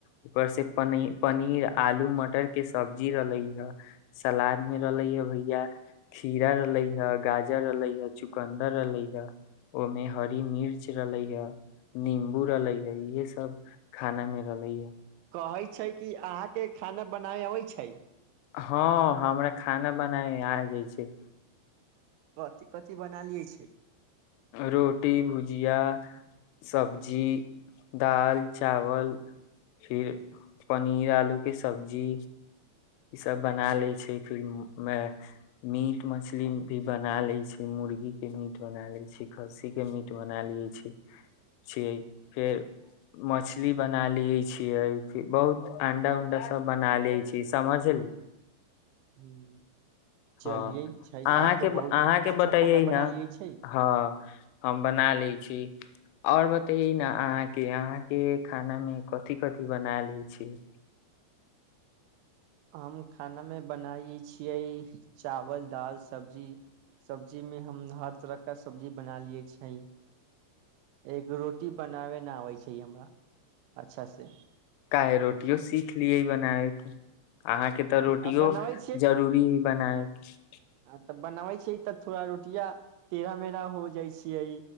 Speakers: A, on the left; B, on the right.
A: ऊपर से पनी पनीर आलू मटर के सब्जी रहले ह सलाद मे रहले ह भैया खीरा रहलै हे गाजर रहलै हे चुकन्दर रहलै हे ओहिमे हरी मिर्च रहले हे निम्बू रहले हे इहे सब खाना म रहलै है
B: कहै छै कि अहाँके खाना बनाय अबै छै
A: हँ हमरा खाना बनाय आ जाय छै
B: कथिी कथिी बना लिये छै
A: रोटी भुजिया सब्जी दाल चावल फिर पनीर आलू के सब्जी ई सब बना ले छै फिर मे मीट मछली भी बना ले छै मुर्गी के मीट बना ले छै खस्सी के मीट बना लिये छै छी छियै फेर मछली बना लिय छि फैर बहुत अंडा उंडा सब बना ले छी समझलि
B: हम्म, चलियै
A: हँ
B: छै
A: अहाँके
B: आब तऽ
A: अहाँके
B: बहुत अच्छा
A: बतइयै
B: खाना बना
A: ने
B: लियै छै
A: हँ हम बना लै छी और बतये न अहाँ के अहा के खाना मे कथिी कथिी बना ले छी
B: हम खाना मे बनाय छियै चावल दाल सब्जी सब्जी मे हम हर तरह कऽ सब्जी बना लिये छै एक रोटी बनाबे नऽ आबै छै हमरा अच्छा सँ
A: काहे रोटियो सीख लिये बनाबे केँ अहाँकेँ तऽ रोटियो
B: आ बनाबै
A: जरूरी हई बनाय केँ
B: आ तऽ बनाबै छियै तऽ थोड़ा रोटिया तेढा मेढ़ा होई जाइ छियै